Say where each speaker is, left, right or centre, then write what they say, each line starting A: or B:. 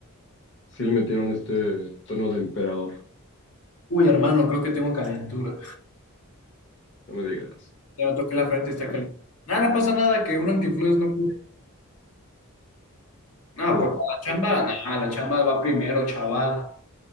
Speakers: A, on the left (about 55°); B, on the left (about 90°).
A: Sí le metieron este tono de emperador,
B: Uy, hermano, creo que tengo calentura.
A: no me digas.
B: Ya toqué la frente y está
A: Chale.
B: caliente. Nada, no pasa nada, que un antifluidos no pude. No,
A: Ah,
B: pues para la chamba, nada, la chamba va primero, chaval.